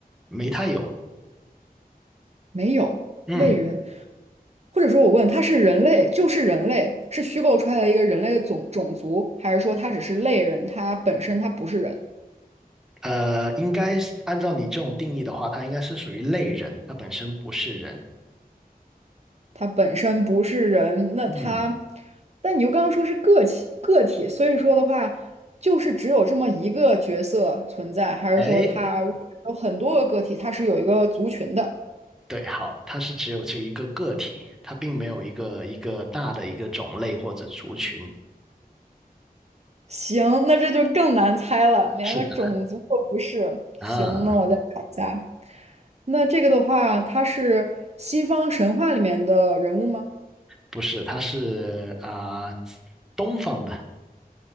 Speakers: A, in the centre; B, on the right.
A: 没太有。
B: 没有，
A: 嗯，
B: 类人。或者说我问他是人类，就是人类，是虚构出来的一个人类的种种族，还是说他只是类人，他本身他不是人，
A: 呃，应该是按照你这种定义的话，它应该是属于类人，它本身不是人。
B: 他本身不是人，那他，
A: 嗯，
B: 但你又刚刚说是个体个体，所以说的话，就是只有这么一个角色存在，还是说他如果有很多个个体，
A: 哎，
B: 他是有一个族群的？
A: 对，好，它是只有这一个个体，它并没有一个一个大的一个种类或者族群。
B: 行，那这就更难猜了，连个种族都不是。
A: 是的，啊，
B: 行，那我再想一下。那这个的话，他是西方神话里面的人物吗？
A: 不是，它是啊、东方的，